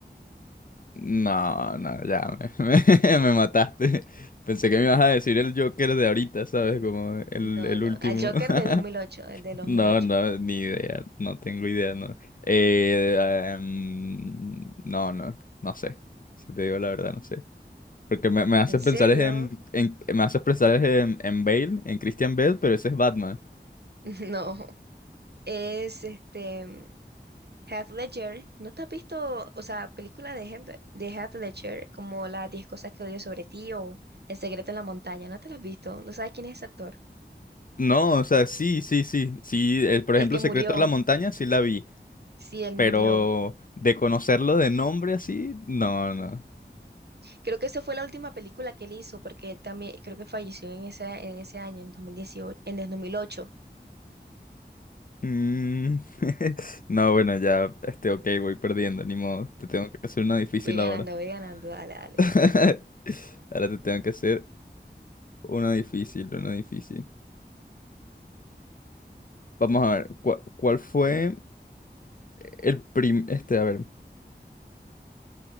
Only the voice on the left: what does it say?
No, no, ya me, <laughs> me, me mataste. Pensé que me ibas a decir el Joker de ahorita, ¿sabes? Como el,
el
último.
<laughs>
No,
no, ni idea. No tengo idea, no. Eh, em, no, no, no sé. Si te digo la verdad, no sé. Porque me, me haces
pensar es en, en- me haces pensar es en, en Bale, en Christian Bale, pero ese es Batman.
No, o sea, sí, sí, sí. Sí, eh, por
ejemplo,
Secreto de la Montaña, sí la vi.
pero
de conocerlo de nombre así, no, no.
Mm, <laughs> No, bueno, ya, este, ok, voy perdiendo, ni modo. Te tengo que hacer una difícil
ahora.
<laughs> Ahora te tengo que hacer una difícil, una difícil. Vamos a ver, ¿cuál, cuál fue el prim, este, a ver,